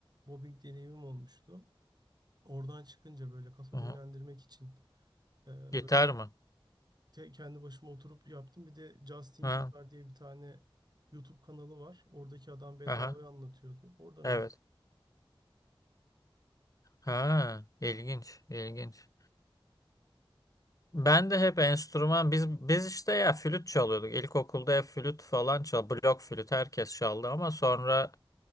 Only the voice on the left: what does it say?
Aha.
Gitar
mı?
Ha.
Aha.
Evet.
Ha, ilginç, ilginç. Ben
de hep enstrüman biz biz işte ya flüt çalıyorduk. İlkokulda hep flüt falan çal, blok flüt herkes çaldı ama sonra